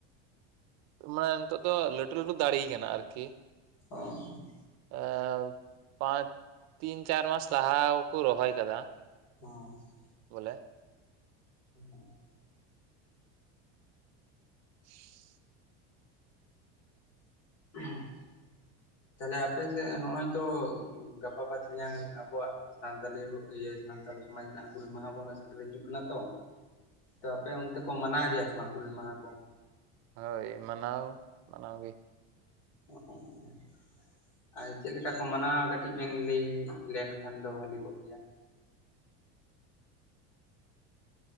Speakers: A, on the right; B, on the left.
A: ᱢᱟᱱᱮ ᱱᱤᱛᱚᱜ ᱫᱚ ᱞᱟᱹᱴᱩ ᱞᱟᱹᱴᱩ ᱫᱟᱲᱮ ᱠᱟᱱᱟ ᱟᱨ ᱠᱤᱼᱼ
B: ᱚᱸ
A: ᱮᱸᱣ ᱯᱟᱸᱪ ᱛᱤᱱ ᱪᱟᱨ ᱢᱟᱥ ᱞᱟᱦᱟ ᱠᱚ ᱨᱚᱦᱚᱭ ᱠᱟᱫᱟ
B: <unintelligible>
A: ᱵᱚᱞᱮᱼᱼ
B: <inaudible>
A: <inaudible>
B: <inaudible> ᱛᱟᱦᱞᱮ ᱟᱯᱮᱥᱮᱜ ᱱᱚᱜᱼᱚᱭ ᱛᱚ ᱜᱟᱯᱟ ᱵᱟᱫ ᱢᱮᱭᱟᱝ ᱟᱵᱚᱣᱟᱜ ᱥᱟᱱᱛᱟᱞᱤ ᱤᱭᱟᱹ ᱥᱟᱱᱛᱟᱞ ᱥᱚᱢᱟᱡᱽ ᱨᱮᱱᱟᱜ ᱦᱩᱞ ᱢᱟᱦᱟ ᱵᱚ ᱥᱮᱴᱮᱨ ᱦᱤᱡᱩᱜ ᱠᱟᱱᱟ ᱛᱚ ᱛᱚ ᱟᱯᱮ ᱚᱱᱛᱮ ᱠᱚ ᱢᱟᱱᱟᱣ ᱜᱮᱭᱟ ᱥᱮ ᱵᱟᱝ ᱦᱩᱞ ᱢᱟᱦᱟ ᱠᱚ?
A: ᱦᱳᱭ ᱢᱟᱱᱟᱣ ᱢᱟᱱᱟᱣ ᱜᱮ ᱾
B: <unintelligible> ᱟᱸ ᱪᱮᱫ ᱞᱮᱠᱟ ᱠᱚ ᱢᱟᱱᱟᱣᱣᱟ ᱠᱟᱹᱴᱤᱡ ᱵᱮᱱ ᱞᱟᱹᱭ ᱧᱚᱜ ᱞᱮᱱᱠᱷᱟᱱ ᱫᱚ ᱵᱷᱟᱹᱞᱤ ᱠᱚᱜ ᱜᱮᱭᱟ ᱾